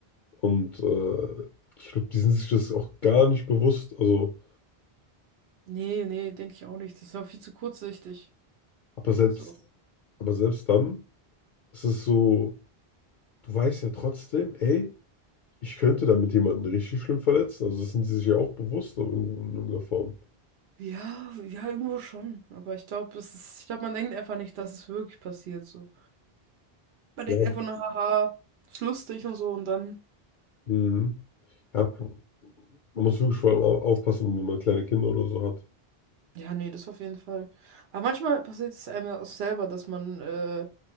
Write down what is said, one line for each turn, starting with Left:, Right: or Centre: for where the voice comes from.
Left: Und äh, ich glaube, die sind sich das auch gar nicht bewusst. Also,
Right: Nee, nee, denke ich auch nicht. Das ist ja viel zu kurzsichtig.
Left: aber selbst,
Right: So.
Left: aber selbst dann ist es so, du weißt ja trotzdem, ey, ich könnte damit jemanden richtig schlimm verletzen. Also, das sind sie sich ja auch bewusst in irgendeiner Form.
Right: Ja, ja, irgendwo schon. Aber ich glaube, es ist, ich glaube, man denkt einfach nicht, dass es wirklich passiert. So. Man
Left: Ja,
Right: denkt einfach nur, haha, ist lustig und so und dann.
Left: mhm. Ja, man muss wirklich vor allem au- aufpassen, wenn man kleine Kinder oder so hat.
Right: Ja, nee, das auf jeden Fall. Aber manchmal passiert es einem ja auch selber, dass man, äh,